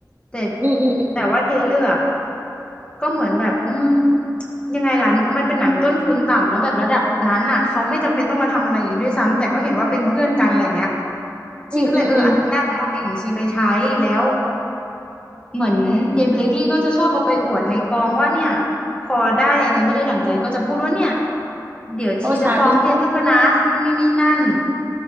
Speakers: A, on the left; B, on the right.
A: แต่
B: อืมอืมอืม
A: แต่ว่าเทเลอร์อะก็เหมือนแบบอืมยังไงล่ะมันเป็นหนังต้นทุนต่ำแล้วแบบระดับนั้นอ่ะเขาไม่จำเป็นต้องมาทำอะไรอย่างนี้ด้วยซ้ำแต่ก็เห็นว่าเป็นเพื่อนกันอะไรอย่างเงี้ย
B: อืมอืมอืม
A: ชีก็เลยเอออนุญาตให้เอาเพลงของชีไปใช้แล้ว เหมือนเจเบเลกลี่ก็จะชอบเอาไปอวดในกองว่าเนี่ยพอได้อะไรไม่ได้ดั่งใจก็จะพูดว่าเนี่ยเดี๋ยวชีจะฟ้องเทเลอร์นะนู่นนี่นี่นั่น
B: เพราะฉัน